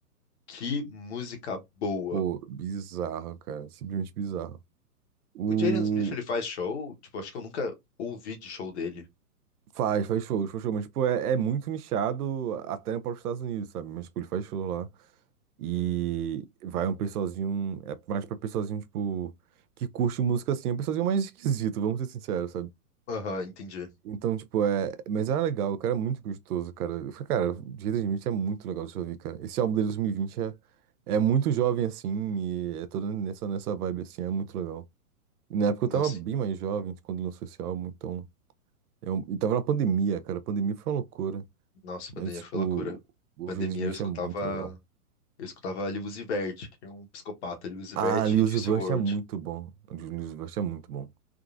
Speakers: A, on the left (about 45°); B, on the right (about 75°).
A: que música boa.
B: Pô, bizarro, cara. Simplesmente bizarro. O...
A: O Jaden Smith, ele faz show, tipo, acho que eu nunca ouvi de show dele.
B: Faz, faz shows, faz shows, mas, tipo, é, é muito nichado até para os Estados Unidos, sabe? Mas, tipo, ele faz show lá. E vai um pessoalzinho, é mais pra pessoalzinho, tipo, que curte música assim, é um pessoalzinho mais esquisito, vamos ser sinceros,
A: Aham, entendi.
B: Então, tipo, é. Mas era legal, o cara é muito gostoso, cara. Eu falei, cara, Jaden Smith é muito legal de ouvir, cara. Esse álbum dele de 2020 é, é muito jovem, assim, e é todo nessa, nessa vibe, assim, é muito legal. E na época
A: Nossa,
B: eu tava bem mais jovem quando lançou esse álbum, então. Eu, e tava na pandemia, cara. A pandemia foi uma loucura.
A: nossa, pandemia
B: Mas, tipo,
A: foi loucura.
B: o
A: Pandemia
B: Jaden Smith
A: eu escutava
B: é muito legal.
A: Eu escutava Lewis e Vert, que é um psicopata, Lewis e
B: Ah,
A: Vert
B: Lil
A: e
B: Uzi
A: Discworld.
B: Vert é muito bom. O Lil Uzi Vert é muito bom.